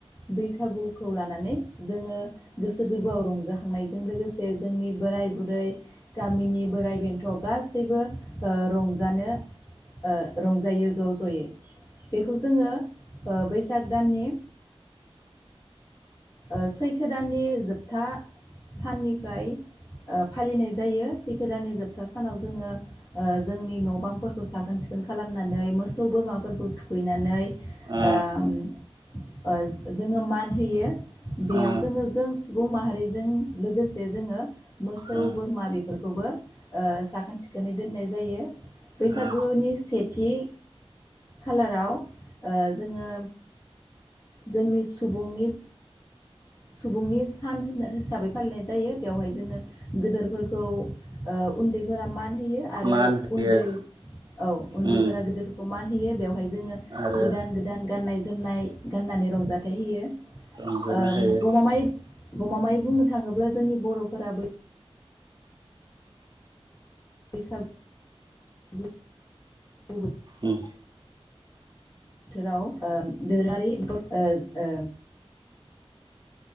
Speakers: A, on the left (about 40°); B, on the right (about 45°).
A: बैसागुखौ लानानै जोङो गोसो गोरबोआव रंजाखांनायजों लोगोसे जोंनि बोराइ बुरै गामिनि बोराइ बेन्थ' गासैबो ओ रंजानो ओ रंजायो ज' ज'यै बेखौ जोङो ओ बैसाग दाननि ओ सैथो दाननि जोबथा साननिफ्राय ओ फालिनाय जायो सैथो दाननि जोबथा सानाव जोङो ओ जोंनि न' बांफोरखौ साखोन सिखोन खालामनानै मोसौ बोरमाफोरखौ थुखैनानै
B: ओ
A: ओम ओ जोङो मान होयो बेयाव
B: ओ
A: जोङो जों सुबुं माहारिजों लोगोसे जोङो मोसौ
B: ओ
A: बोरमा बेफोरखौबो ओ साखोन सिखोनै दोननाय जायो बैसागुनि
B: ओ
A: सेथि खालाराव ओ जोङो जोंनि सुबुंनि सुबुंनि सान होन हिसाबै फालिनाय जायो बेवहाय जोङो गोदोरफोरखौ ओ उन्दैफोरा मान होयो आरो
B: मान होयो
A: उन्दै औ उन्दैफोरा
B: उम
A: गिदिरफोरखौ मान होयो बेवहाय जोङो
B: आरो
A: गोदान गोदान गाननाय जोमनाय गाननानै रंजाथाइ होयो ओ
B: रंजानो होयो
A: गमामायै गमामायै बुंनो थाङोब्ला जोंनि बर'फोरा बै <unintelligible>
B: उम
A: बोथोराव ओ दोरोङारि ओ ओ